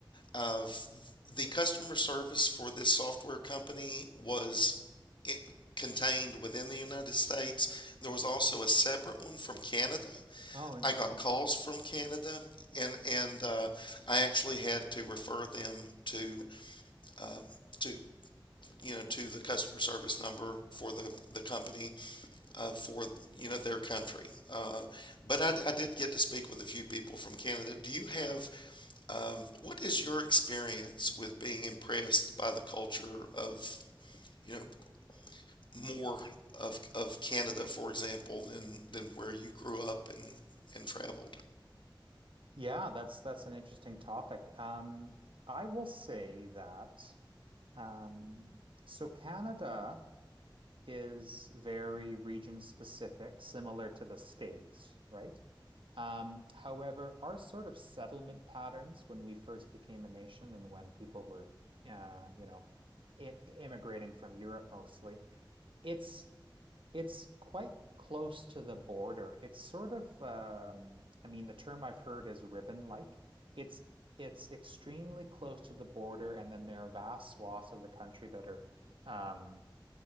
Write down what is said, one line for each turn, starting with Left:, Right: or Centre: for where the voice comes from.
Left: of the customer service for this software company was it contained within the United States. There was also a separate one from Canada.
Right: Oh, interesting.
Left: I got calls from Canada, and and uh, I actually had to refer them to. Uh, to you know to the customer service number for the the company uh, for you know their country. Uh, but I, I did get to speak with a few people from Canada. Do you have um, what is your experience with being impressed by the culture of, you know, more of of Canada, for example, than than where you grew up and and traveled?
Right: Yeah, that's that's an interesting topic. Um, I will say that um, so Canada is very region specific, similar to the States, right? Um, however, our sort of settlement patterns when we first became a nation and when people were, uh, you know, i immigrating from Europe mostly, it's It's quite close to the border. It's sort of, um, I mean, the term I've heard is ribbon-like. It's it's extremely close to the border, and then there are vast swaths of the country that are um,